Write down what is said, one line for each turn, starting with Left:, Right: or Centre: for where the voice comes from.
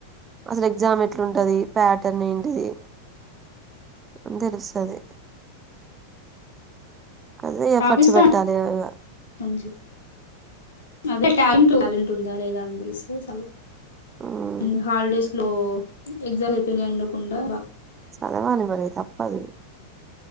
Right: అసలు ఎగ్జామ్ ఎట్లుంటది ప్యాటర్న్ ఏంటిది అని తెలుస్తుంది అదే ఎఫర్ట్స్
Left: రాపిస్తా
Right: పెట్టాలి కదా ఇగ
Left: మంచి అదే టాలెంటు టాలెంట్ ఉందా లేద అని తెలిస్తే చాలు
Right: మ్మ్
Left: ఊ హాలిడేస్ లో ఎగ్జాల్ అయిపోయినయి అండకుండా
Right: సధవాలి మరి తప్పదు